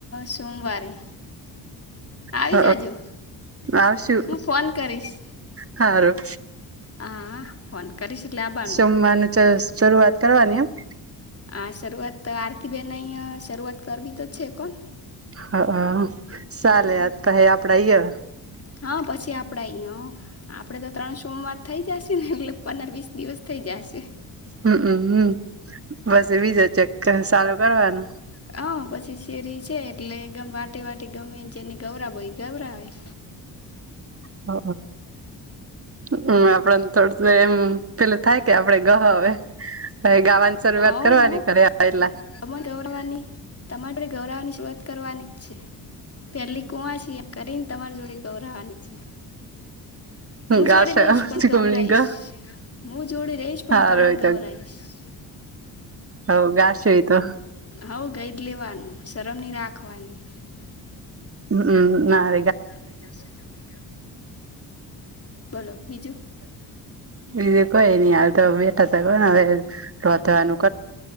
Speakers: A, on the left (about 30°); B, on the right (about 30°).
A: સોમવારે આવી
B: હ
A: જાજુ
B: આવશું
A: હું ફોન કરીશ
B: સારું
A: હા ફોન કરીશ એટલે આવવાનું
B: સોમવાર શરૂઆત કરવાની એમ
A: આ શરૂઆત તો આરતીબેન અહીંયા શરૂઆત કરવી તો છે કોણ
B: હ ચાલે
A: હમ
B: કહે આપડા
A: હા પછી આપડા અહીયા આપડે તો ત્રણ સોમવાર થઈ જશે ને એટલે પંદર વીસ દિવસ થઇ જશે
B: હમમ હમ બસ બીજા ચક સારું કરવાનું
A: હ પછી શેરી છે એટલે ગમ વાટી વાટી ગમેને જેની ગૌરા ભો એ ગભરાય
B: હ હ આપડે થોડું એમ પેલું થાય કે આપડે ગ હવે ગાવાની શરૂઆત
A: હવ
B: કરવાની કરે એટલા
A: તમારે ગૌરવાની તમારે ગૌરવાની શરૂઆત કરવાની જ છે પેલી કુંવા છીએ કરીને તમારી જોડે ગૌરાવાની છે હું
B: ગાશે
A: જોડી રહીશ પણ
B: ચીકમની
A: ગૌરાઈશ
B: ગ
A: હું જોડી રહીશ
B: હાર
A: પણ તવન
B: હોય
A: ગૌરાઈશ <inaudible>
B: હવ ગાશ હોયતું
A: હઉ ગઈડ લેવાનું શરમની રાખવાની
B: હમ ના
A: મારે ગશે જમને ગ બોલો બીજું
B: બીજું કોઈ નહી હાલ તો બેઠા થ કો ને હવે રતન